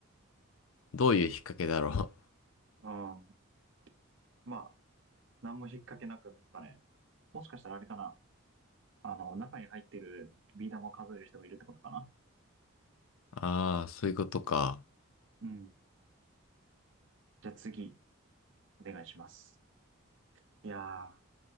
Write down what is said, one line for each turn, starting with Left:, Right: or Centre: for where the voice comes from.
Left: どういう引っ掛けだろう
Right: うん。まあ、何も引っ掛けなかったね。もしかしたらあれかな。あの、中に入ってるビー玉を数える人もいるってことかな。
Left: ああー、そういうことか。
Right: うん。じゃあ次、お願いします。いやー、